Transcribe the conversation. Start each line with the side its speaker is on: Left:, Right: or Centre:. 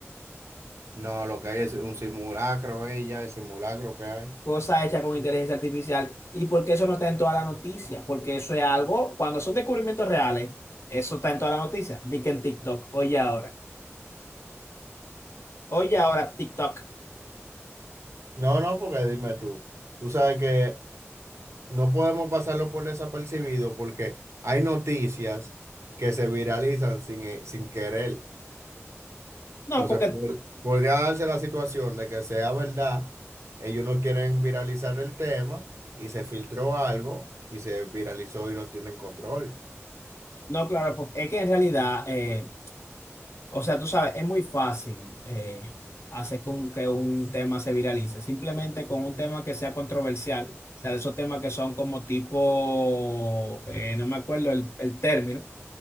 Right: No, lo que hay es un simulacro, ella, el simulacro que hay.
Left: cosa hecha con inteligencia artificial y por qué eso no está en todas las noticias, porque eso es algo, cuando son descubrimientos reales, eso está en todas las noticias. Di que en TikTok, oye ahora, oye ahora TikTok.
Right: No, no, porque dime tú, tú sabes que no podemos pasarlo por desapercibido porque hay noticias que se viralizan sin, eh, sin querer.
Left: No,
Right: Entonces,
Left: porque,
Right: por- podría darse la situación de que sea verdad, ellos no quieren viralizar el tema y se filtró algo y se viralizó y no tienen control.
Left: no, claro, porque es que en realidad, eh, o sea, tú sabes, es muy fácil eh, hacer con que un tema se viralice, simplemente con un tema que sea controversial. O sea, de esos temas que son como tipo, eh, no me acuerdo el, el término,